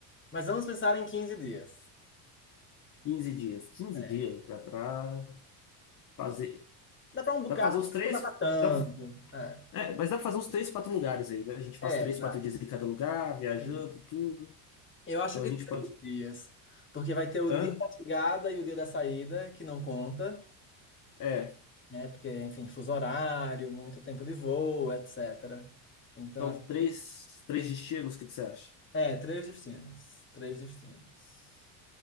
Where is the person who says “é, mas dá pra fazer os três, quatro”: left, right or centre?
Left